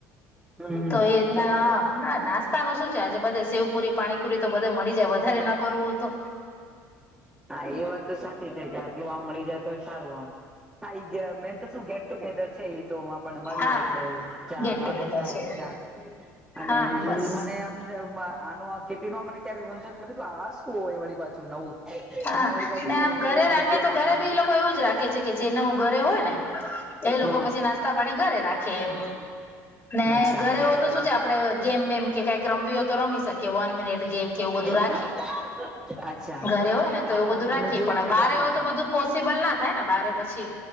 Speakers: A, in the centre; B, on the left.
A: હમ્મ.
B: તો એના ના નાસ્તા ન શું છે આજે બધે શેવપુરી પાણીપુરી તો બધે મળી જાય વધારે ન કરવું તો
A: હા એ વાત તો સાચી છે કેથી વામ મળી જાય તો સારું આમ હા મેન તો શું ગેટ ટુગેધર છે એ તોને મળીએ
B: હા
A: એટલે ત્યાં
B: ગેટ ટુગેધર
A: વાતો થાય
B: છે
A: વિચાર અને
B: હા બસ
A: મને આમ આનું ખેતી ન મને ક્યારે સમજ નથી આ શું હો એ વળ પાછું નવું
B: હા
A: આમાં વળી પાછું
B: ને આમ ઘરે રાખે
A: રૂપિયા
B: તો
A: નાખવાના
B: ઘરે બી એ લોકો એવું જ રાખે છે કે જેને હું ઘરે હોય ને એ લોકો
A: હા
B: પછી નાસ્તા પાણી ઘરે રાખે એમ ને
A: અચ્છા
B: ઘરે
A: નાસ્તો
B: હોય તો શું છે આપડે ગેમ બેેમ કે કાઈક રમવી હોય તો રમી શક કે વન મિનિટ ગેમ કે એવું બધું
A: અચ્છા
B: રાખે ઘરે હો ને તો
A: હા
B: એવું બધું રાખીએ
A: મેં જોયું
B: પણ
A: છે
B: બારે
A: ઘણા
B: તો બધું પોસિબલ ના થાય ને બારે પછી